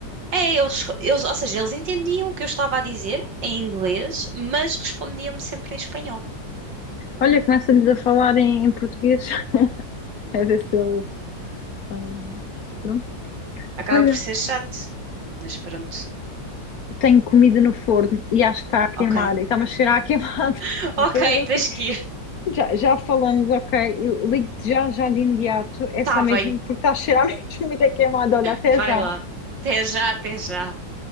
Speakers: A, on the right; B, on the left.
A: É, eles, eles, ou seja, eles entendiam o que eu estava a dizer em inglês, mas respondiam-me sempre em espanhol.
B: Olha, começa-lhes a falar em, em português. <laughs> A ver se eles. hum, pronto.
A: Acaba
B: Olha,
A: por ser chato, mas pronto.
B: tenho comida no forno e acho que está a queimar
A: Ok.
B: e está-me a cheirar a queimado.
A: <laughs>
B: <laughs> Vamos
A: Ok,
B: fazer assim.
A: tens que ir.
B: Já, já falamos, ok. Eu ligo-te já, já de imediato. É
A: Tá
B: só mesmo
A: bem,
B: porque está a cheirar <laughs> mesmo muito a queimado. Olha, até
A: vai
B: já.
A: lá. Até já, até já.